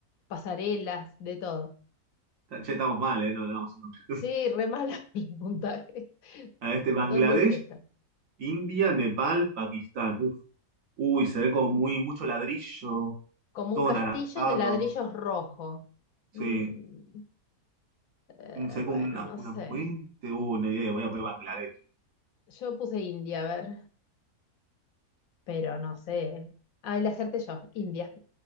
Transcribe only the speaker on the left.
pasarelas, de todo.
Sí, re mala <laughs> el puntaje.
¿Dónde es esta?
Como
un castillo
de ladrillos rojos.
Mm, eh,
bueno,
no
sé.
Yo puse India, a ver. Pero no sé. Ah, el hacerte yo, India.